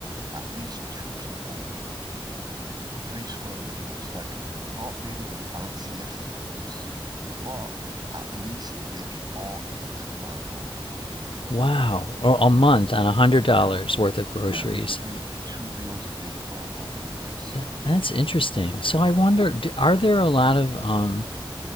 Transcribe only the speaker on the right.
at least two people three square meals, like not maybe the fanciest foods, but at least they could all eat for a month.
They could eat,
yeah,
yeah, they could eat two meals a day for a month. Yes.
Yeah.